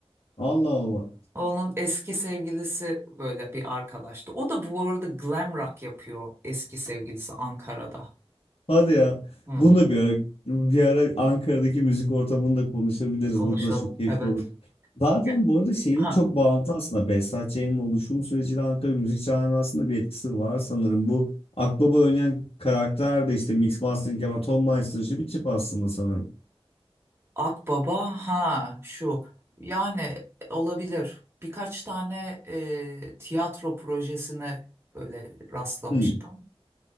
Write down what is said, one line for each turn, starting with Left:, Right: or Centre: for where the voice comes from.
Left: Allah Allah.
Right: Onun eski sevgilisi böyle bir arkadaştı. O da bu arada glam rock yapıyor eski sevgilisi Ankara'da.
Left: Hadi ya.
Right: Hı,
Left: Bunu da bir ara, bir ara Ankara'daki müzik ortamında konuşabiliriz.
Right: konuşalım.
Left: Bu da çok keyifli
Right: Evet.
Left: olur. Zaten
Right: Ya,
Left: bu arada şeyle
Right: ha.
Left: çok bağlantılı aslında. Behzat Ç'nin oluşum süreciyle Ankara müzik camiasında bir etkisi var sanırım. Bu Akbaba oynayan karakter de işte mix mastering yapan Tom Meister'cı bir tip aslında sanırım.
Right: Akbaba ha şu. Yani olabilir. Birkaç tane e, tiyatro projesine böyle rastlamıştım.
Left: Hmm.